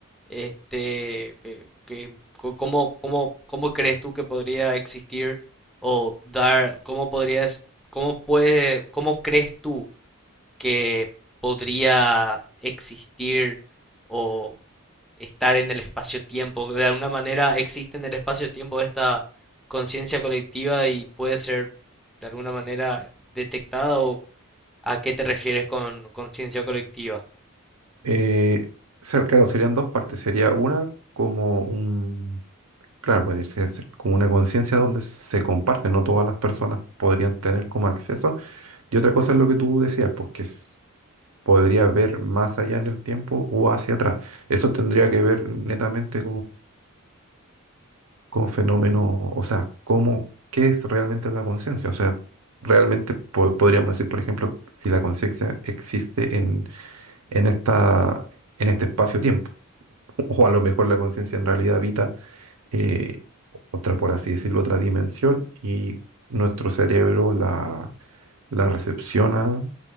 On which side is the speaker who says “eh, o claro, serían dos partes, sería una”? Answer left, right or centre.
Right